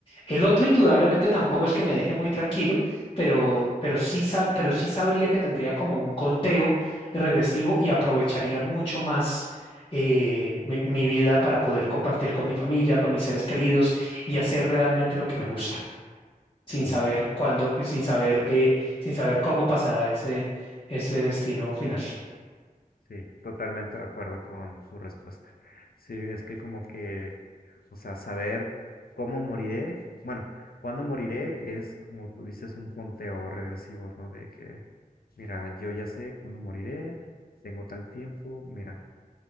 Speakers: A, on the left; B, on the left.
A: El otro, indudablemente, tampoco es que me deje muy tranquilo, pero, pero sí, sab- pero sí sabría que tendría como un conteo regresivo y aprovecharía mucho más eh, mi, mi vida para poder compartir con mi familia, con mis seres queridos y hacer realmente lo que me gusta, sin
B: ok.
A: saber cuándo, eh, sin saber, eh, sin saber cómo pasará ese, ese destino final.
B: Sí, totalmente de acuerdo con tu respuesta. Sí, es que como que, o sea, saber cómo moriré, bueno, cuándo moriré es como tú dices un conteo regresivo, ¿no? De que, mira, yo ya sé cuándo moriré, tengo tal tiempo, mira,